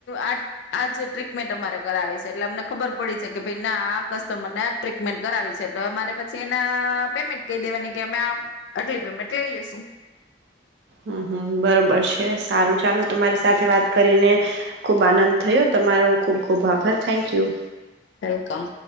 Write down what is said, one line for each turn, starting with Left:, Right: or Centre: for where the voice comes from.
Left: આ આજ ટ્રીટમેન્ટ અમારે કરાવી છે, એટલે અમને ખબર પડી છે, કે કસ્ટમર ના આ ગ્રાહક ને આ ટ્રીટમેન્ટ કરાવી છે, એટલે અમારે પછી એના પેમેન્ટ કહી દેવાની કે અમે આ આટલી પેમેન્ટ લઈ લેશુ
Right: હમ હમ બરોબર છે, સારું ચાલો તમારી સાથે વાત કરીને ખુબ આનંદ થયો તમારો ખુબ ખુબ આભાર થેન્ક્યુ
Left: વેલકમ